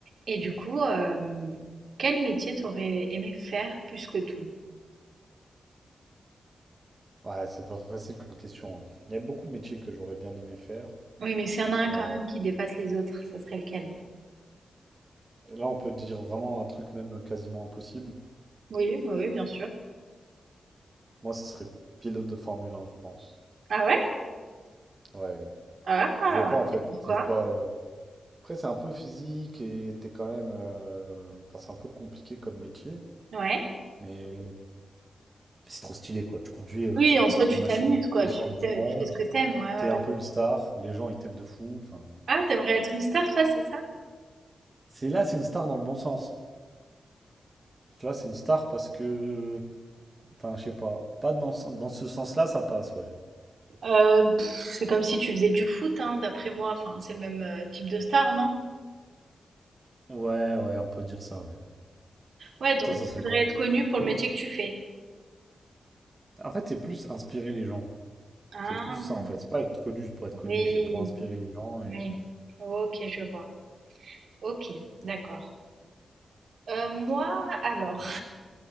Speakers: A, on the right; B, on the right.
A: Et du coup, hem, quel métier t'aurais aimé faire plus que tout?
B: Ouais, c'est pas facile comme question. hein. Il y a beaucoup de métiers que j'aurais bien aimé faire.
A: Oui, mais s'il y en a un
B: Euh,
A: quand même qui dépasse les autres, ça serait lequel?
B: là, on peut dire vraiment un truc même quasiment impossible.
A: Oui, oui, oui, bien sûr.
B: Moi, ce serait pilote de Formule un je pense.
A: Ah ouais?
B: Ouais,
A: Ah!
B: je vois pas en fait.
A: Et pourquoi?
B: Il y a quoi. euh. Après, c'est un peu physique et t'es quand même. euh, Enfin, c'est un peu compliqué comme métier,
A: Ouais.
B: mais mais c'est trop stylé quoi. Tu conduis euh,
A: Oui, en soi, tu
B: les machines
A: t'amuses,
B: les plus
A: quoi, tu
B: puissantes
A: te
B: du monde.
A: tu fais ce que t'aimes. ouais,
B: T'es
A: ouais,
B: un
A: ouais.
B: peu une star. Les gens, ils t'aiment de fou. Enfin,
A: Ah, tu aimerais être une star, toi, c'est ça?
B: c'est là, c'est une star dans le bon sens. Tu vois, c'est une star parce que Enfin, je sais pas. Pas dans, ce- dans ce sens-là, ça passe, ouais.
A: Heu, c'est comme si tu faisais du foot, hein, d'après moi, enfin, c'est le même, heu, type de star, non?
B: Ouais, ouais, on peut dire ça, ouais.
A: Ouais, donc
B: Toi, ça
A: tu
B: serait
A: voudrais
B: quoi?
A: être connue pour le métier que tu fais?
B: En fait, c'est plus inspirer les gens.
A: Ah
B: C'est plus ça, en fait. C'est pas être connu juste pour être connu,
A: oui,
B: c'est pour inspirer les gens et...
A: oui. OK, je vois. OK, d'accord. Euh, moi, alors,